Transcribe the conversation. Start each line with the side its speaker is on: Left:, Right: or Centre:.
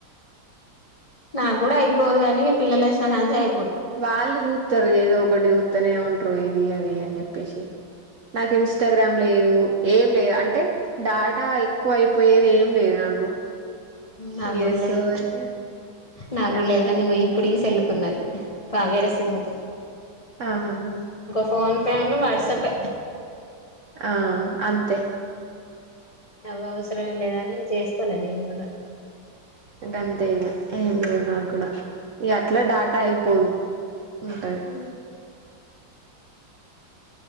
Left: నా గూడా అయిపోదుగా నీ పిల్లలోచినకంచి అయి
Right: వాళ్ళు చూస్తారు ఏదో ఒకటి చూస్త నే ఉంటారు ఇ ది అది అని చెప్పేసి నాకు ఇంస్టాగ్రామ్ గ్రామ్ లేదు ఏం లేదు అంటే డాటా ఎక్కువ అయిపోయేది ఏం లేదు నాకు
Left: నా
Right: ఇగ
Left: కూడా లేదు
Right: సో ఇగ
Left: నాకు కూడా
Right: అందుకే
Left: లేదు కానీ ఇగో ఇప్పుడు ఈ సెల్ కున్నది కావ్యారా సిమ్ముకు
Right: ఆహా హు
Left: ఫోన్పేను వాట్సాప్
Right: ఆ అంతే
Left: అవి అవసరం లేదాని చేసుకోలే నేను గూడా
Right: ఇగ అంతేఇగా ఏం లేదు నాకు గూడా ఇ అట్లా డాటా అయిపోదు ఉంటది
Left: ఉ